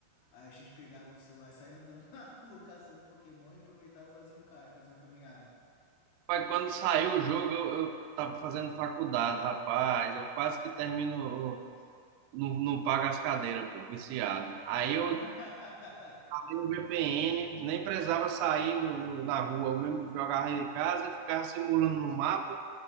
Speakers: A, on the left (about 80°); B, on the right (about 85°).
A: aí a gente pegava o celular e saía andando <laughs> na rua caçando Pokémon e aproveitava e fazia um cardio, fazia uma caminhada.
B: Mas quando saiu o jogo, eu, eu tava fazendo faculdade, rapaz. Eu quase que termino. o- Não, não pago as cadeiras, pô, viciado. Aí
A: <laughs>
B: eu abri o VPN, nem precisava sair no, no- na rua. Eu mesmo jogava em casa, ficava simulando no mapa